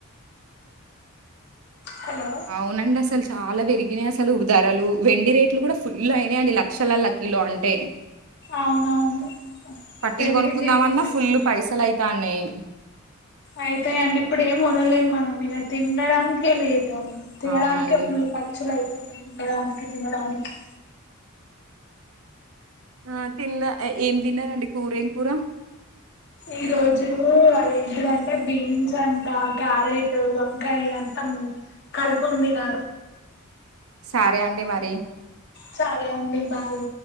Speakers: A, on the left (about 55°); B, on the right (about 80°).
A: హలో
B: అవునండి అసలు చాలా పెరిగినాయి అసలు ఉదారలు వెండి రేట్లు కూడా ఫుల్ అయినాయియండి లక్షలలో కిలో అంటే
A: అవునవును
B: పట్టీలు
A: పెరిగింది
B: కొనుకుందామన్నా
A: వెండి రేట్
B: ఫుల్లు పైసలు అయి తనయి
A: అయితే అండి ఇప్పుడు ఏం కొనలేదు మనం ఇక తినడానికే లేదు తినడానికిే
B: అవునండి.
A: ఫుల్ ఖర్చులు అయితే తినడానికి తినడానికి
B: ఆ తిన్న ఏం తిన్నారంండి కూర ఏం కూర
A: ఈ రోజు ఏంటిదంటే బీన్స్ అంతా క్యారెట్ వంకాయ అంతా కలిపి వండినారు
B: సరే అండి మరి
A: సరే అండి బాయ్